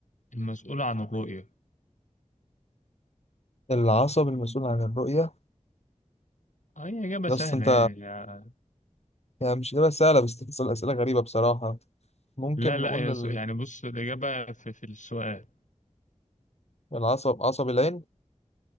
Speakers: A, on the left; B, on the left.
A: المسؤول عن الرؤية
B: العصب المسؤول عن الرؤية
A: اه هي إجابة
B: يا
A: سهلة
B: اسطى انت
A: يعني يا-
B: يعني مش إجابة سهلة بس تسأل أسئلة غريبة بصراحة ممكن
A: لا لا
B: نقول
A: هي
B: ال-
A: س- يعني بص الإجابة في, في السؤال
B: العصب عصب العين